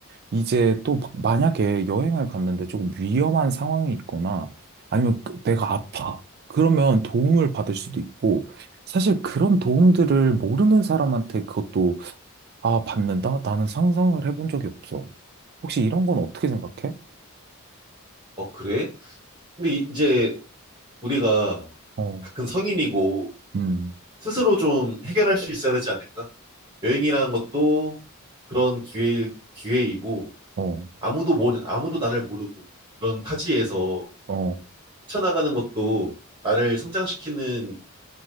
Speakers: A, on the right; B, on the right.
A: 이제 또 막- 만약에 여행을 갔는데 조금 위험한 상황이 있거나 아니면 그- 내가 아파. 그러면 도움을 받을 수도 있고 사실 그런 도움들을 모르는 사람한테 그것도 아, 받는다? 나는 상상을 해본 적이 없어. 혹시 이런 건 어떻게 생각해?
B: 어 그래? 근데 이- 이제 우리가
A: 어,
B: 다 큰 성인이고
A: 음,
B: 스스로 좀 해결할 수 있어야 되지 않을까? 여행이라는 것도 그런 기회 기회이고
A: 어,
B: 아무도 모르 아무도 나를 모르고 그런 타지에서
A: 어,
B: 헤쳐나가는 것도 나를 성장시키는